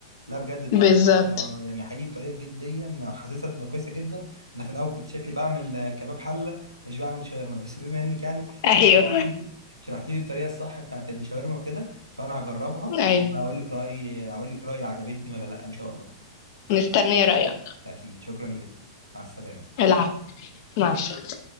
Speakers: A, on the right; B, on the left.
A: لا بجد الطريقة
B: بالظبط
A: يعني حقيقي الطريقة جديا حاسسها تبقى كويسة جدا أنا في الأول كنت شكلي بعمل آه، كباب حلة مش بعمل شاورما بس بما إنك يعني
B: ايوه
A: شرحتي لي شرحتي لي الطريقة الصح بتاعت الشاورما وكده فأنا هجربها
B: ايوه
A: وأقول لك رأيي أقول لك رأيي عجبتني ولا لأ إن شاء الله
B: مستنيه رايك
A: أكيد شكرا جدا مع السلامة
B: العفو مع السلامة